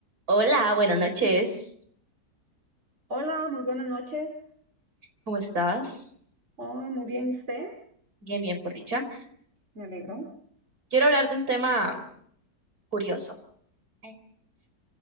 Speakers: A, on the right; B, on the right.
A: Hola, buenas noches.
B: Hola, muy buenas noches.
A: ¿Cómo estás?
B: Oh, muy bien usted,
A: Bien, bien, por dicha.
B: me alegro.
A: Quiero hablar de un tema curioso. Ay.